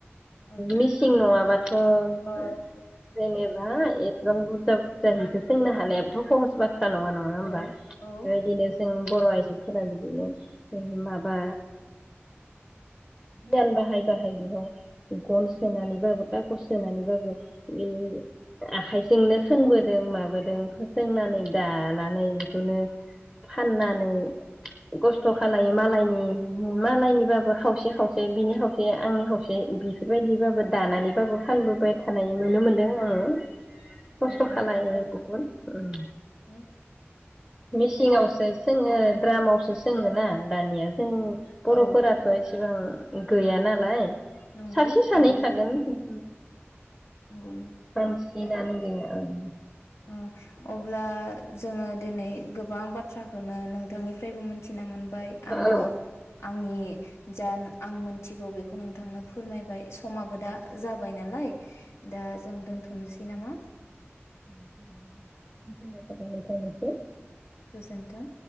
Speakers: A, on the left (about 80°); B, on the left (about 20°).
A: औ
B: मिसिं नङाबा अ जेनेबा
A: औ
B: एसेबां बुरजा बुरजा बिदि सोंनो हानायाबोथ' सहस बाथ' सा नङा नङा होमबा
A: औ औ
B: बेबायदिनो औ बर' आइजोफोरा बिदिनो बेयाव माबा गियान बाहाय बाहाय बेयाव गन सोनानैबाबो खागज सोनानैबाबो बे आखाय जोंनो सोंबोदों माबोदों सोंनानै दानानै बेखौनो फानना खस्थ' खालो मालायनि मालायनिबाबो खावसे खावसे बिनि खावसे आंनि खावसे बेफोरबायदिबाबो दानानैबाबो फानबोबाय थानाय नुनो मोनदों आङो। खस्थ'खालाय
A: औ
B: बहुत। उम
A: औ
B: मिसिंआवसो। सोङो द्रामावसो सोङो। रा दानिया जों
A: औ
B: बर'फोराथ' एसेबां
A: औ
B: गैया नालाय‌।
A: नंगौ
B: सासे सानै
A: नंगौ
B: थागोन उम
A: नंगौ
B: उम <unintelligible> ओं
A: अ अब्ला जोङो दिनै गोबां बाथ्राखौनो नोंथांनिफ्रायबो मिथिना मोन बाय आंबो
B: औ
A: आंनि जा आं मोनथिगौ बेखौ नोंथांनो फोरमायबाय समाबो दा जाबाय नालाय। दा जों दोन थ'नोसै नामा।
B: <inaudible> <unintelligible>
A: गोजोन्थों